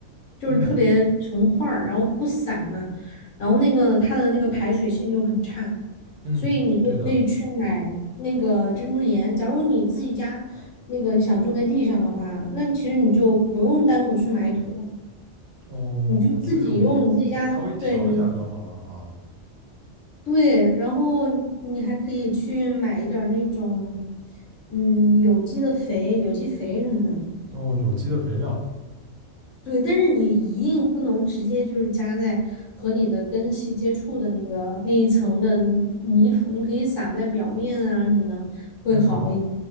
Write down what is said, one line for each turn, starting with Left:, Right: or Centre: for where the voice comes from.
Left: 就是特别成块儿，
Right: 嗯
Left: 然后不散嘛。然后那个它的那个排水性就很差，
Right: 嗯，
Left: 所以你就可以去买那个珍珠岩。
Right: 对的。
Left: 假如你自己家那个你想种在地上的话，那其实你就不用单独去买土了，
Right: 哦，
Left: 你就自己用你自己家，
Right: 就是我稍微调一下就好了哈。
Left: 对你对，然后你还可以去买一点儿那种嗯有机的肥、有机肥什么的。
Right: 哦，有机的肥料，
Left: 对，但是你一定不能直接就是加在和你的根系接触的那个那一层的泥土，你可以撒在表面啊什么的，会好一点。
Right: 嗯，